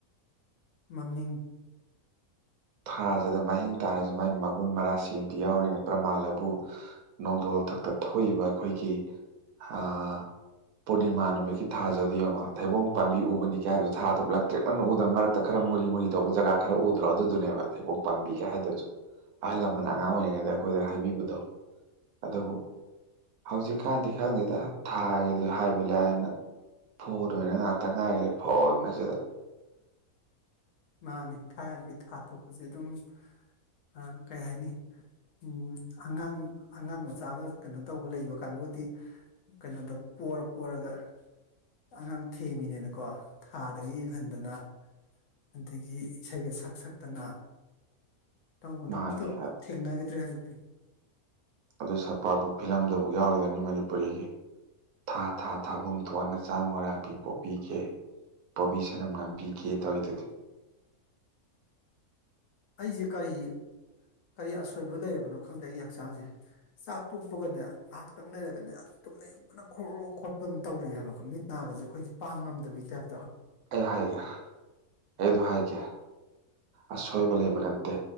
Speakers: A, on the left (about 70°); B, on the right (about 75°).
A: ꯃꯃꯤꯡ
B: ꯊꯥꯖꯗ ꯃꯍꯤꯡ ꯇꯥꯔꯁꯨ ꯃꯒꯤ ꯃꯒꯨꯟ ꯃꯔꯥꯁꯤꯝꯗꯤ ꯌꯥꯎꯔꯤꯅꯤ ꯄ꯭ꯔꯃꯥꯟꯂꯕꯨ ꯅꯣꯡꯗꯣꯜ ꯃꯊꯛꯇ ꯊꯣꯛꯏꯕ ꯑꯩꯈꯣꯏꯒꯤ ꯑꯥ ꯄꯨꯔꯅꯤꯃꯥ ꯅꯨꯃꯤꯠꯀꯤ ꯊꯥꯖ ꯑꯗꯨ ꯌꯦꯡꯉꯣ ꯊꯩꯕꯣꯡ ꯄꯥꯝꯕꯤ ꯎꯕꯅꯤ ꯀꯥꯏꯕꯗꯣ ꯊꯥꯗꯣ ꯂꯛꯇ꯭ꯔꯤꯛ ꯂꯪꯅ ꯎꯗꯕ ꯃꯔꯛꯇ ꯈꯔ ꯃꯨꯔꯤ ꯃꯨꯔꯤ ꯇꯧꯕ ꯖꯒꯥ ꯈꯔ ꯎꯗ꯭ꯔꯣ ꯑꯗꯨ ꯑꯗꯨꯅꯦꯕ ꯊꯩꯕꯣꯛ ꯄꯥꯝꯕꯤꯒ ꯍꯥꯏꯗꯨꯁꯨ ꯑꯍꯜ ꯂꯃꯟꯅ ꯑꯉꯥꯡ ꯑꯣꯏꯔꯤꯉꯩꯗ ꯑꯩꯈꯣꯏꯗ ꯍꯥꯏꯕꯤꯕꯗꯣ ꯑꯗꯨꯕꯨ ꯍꯧꯖꯤꯛꯀꯥꯟꯗꯤ ꯈꯪꯗꯦꯗ ꯊꯥꯒꯤꯗꯤ ꯍꯥꯏꯕ ꯂꯥꯏꯑꯅ ꯐꯨꯗꯣꯏꯅꯦ ꯉꯇ ꯉꯥꯏꯔꯦ ꯐꯣꯟ ꯑꯁꯤꯗ
A: ꯃꯥꯅꯦ ꯊꯥꯏꯅꯗꯤ ꯊꯥ ꯊꯣꯛꯄꯁꯦ ꯑꯗꯨꯝ ꯑ ꯀꯩ ꯍꯥꯏꯅꯤ ꯎꯝ ꯑꯉꯥꯡ ꯑꯉꯥꯡ ꯃꯆꯥꯒ ꯀꯩꯅꯣ ꯇꯧꯕ ꯂꯩꯕ ꯀꯥꯡꯕꯨꯗꯤ ꯀꯩꯅꯣꯗꯣ ꯄꯣꯔ ꯄꯣꯔꯒ ꯑꯉꯥꯡ ꯊꯦꯝꯃꯤꯅꯦꯅꯀꯣ ꯊꯥꯗꯒ ꯌꯦꯡꯍꯟꯗꯅ ꯑꯗꯒꯤ ꯏꯁꯩꯒ ꯁꯛ ꯁꯛꯇꯅ ꯇꯧꯕꯗꯣ
B: ꯃꯥꯅꯦ
A: ꯑꯝꯇ ꯊꯦꯡꯅꯈꯤꯗ꯭ꯔꯦ ꯍꯧꯖꯤꯛꯇꯤ
B: ꯑꯗꯨ ꯁꯛꯄꯕꯨ ꯐꯤꯂꯝꯗꯕꯨ ꯌꯥꯎꯔꯤꯒꯅꯤ ꯃꯅꯤꯄꯨꯔꯤꯒꯤ ꯊꯥ ꯊꯥ ꯊꯥꯕꯨꯡ ꯊꯣꯟ ꯅꯆꯥꯃꯣꯔꯥꯡꯕꯤ ꯄꯣꯕꯤꯒꯦ ꯄꯣꯕꯤ ꯁꯅꯝ ꯅꯝꯕꯤꯒꯦ ꯇꯧꯋꯤꯗꯨꯗꯤ
A: ꯑꯩꯖꯦ ꯀꯔꯤ ꯀꯔꯤ ꯑꯁꯣꯏꯕ ꯂꯩꯔꯕꯅꯣ ꯈꯪꯗꯦ ꯑꯩꯒꯤ ꯍꯛꯆꯥꯡꯖꯦ ꯆꯥꯛ ꯇꯣꯛꯄꯒꯅꯦ ꯉꯥꯏꯍꯥꯛꯇꯪ ꯂꯩꯔꯒꯅꯦ ꯇꯨꯝꯅꯤꯡꯕꯅ ꯈꯣꯔꯣꯔꯣ ꯈꯣꯠꯄ ꯑꯝ ꯇꯧꯔꯤ ꯍꯥꯏꯕ ꯃꯤꯠ ꯅꯥꯒꯁꯦ ꯑꯩꯈꯣꯏꯒꯤ ꯄꯥꯡ ꯉꯝꯗꯕꯒꯤ ꯇꯥꯏꯞ
B: ꯑꯩ ꯍꯥꯏꯒꯦ ꯑꯩ ꯑꯗꯨ ꯍꯥꯏꯒꯦ ꯑꯁꯣꯏꯕ ꯂꯩꯕ ꯅꯠꯇꯦ